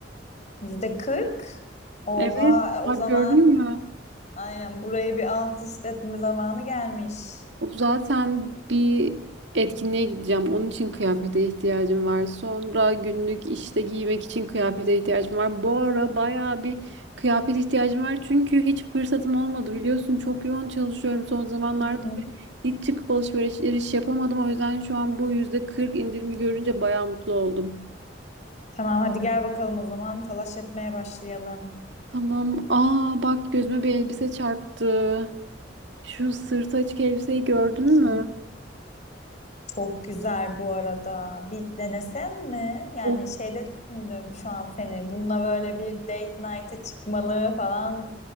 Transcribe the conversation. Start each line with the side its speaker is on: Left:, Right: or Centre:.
Left: Yüzde kırk. Oha,
Right: Evet,
Left: e, o
Right: bak
Left: zaman
Right: gördün mü?
Left: aynen buraya bir alt üst etme zamanı gelmiş.
Right: Zaten bir etkinliğe gideceğim. Onun için kıyafete ihtiyacım var. Sonra günlük işte giymek için kıyafete ihtiyacım var. Bu ara bayağı bir kıyafet ihtiyacım var. Çünkü hiç fırsatım olmadı biliyorsun. Çok yoğun çalışıyorum son zamanlarda.
Left: Hı hı.
Right: Hiç çıkıp alışveriş yapamadım. O yüzden şu an bu yüzde 40 indirimi görünce bayağı mutlu oldum.
Left: Tamam hadi gel bakalım o zaman talaş etmeye başlayalım.
Right: Tamam. Aa bak gözüme bir elbise çarptı. Şu sırtı açık elbiseyi gördün
Left: Bakayım.
Right: mü?
Left: Çok güzel bu arada. Bir denesem mi? Yani
Right: O
Left: şeyde düşündüm şu an seni. Bununla böyle bir date night'a çıkmalı falan